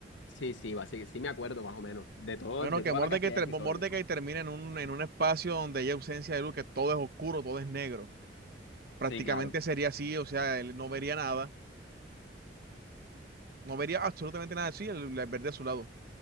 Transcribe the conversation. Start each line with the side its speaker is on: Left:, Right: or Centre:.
Left: Sí, sí, básicamente, sí me acuerdo más o menos de todo,
Right: Bueno,
Left: de
Right: que
Left: toda
Right: Mordecai,
Left: la cantidad
Right: ter-
Left: de episodios,
Right: Mordecai
Left: pues.
Right: termina en un, en un espacio donde hay ausencia de luz, que todo es oscuro, todo es negro. Prácticamente
Left: Sí, claro.
Right: sería así, o sea, él no vería nada. No vería absolutamente nada así, el, el verde azulado.